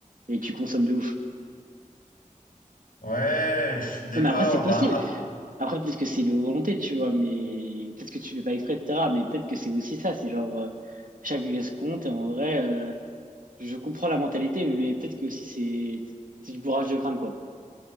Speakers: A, on the right; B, on the left.
A: Et tu consommes de ouf.
B: Ouais, je suis d'accord.
A: Non mais après c'est possible.
B: Bah, ap-
A: Après peut-être que c'est une volonté, tu vois, mais peut-être que tu fais pas exprès, etc. Mais peut-être que c'est aussi ça, c'est genre euh, chaque geste compte et en vrai euh, Je comprends la mentalité, mais peut-être que aussi c'est c'est du bourrage de crâne, quoi.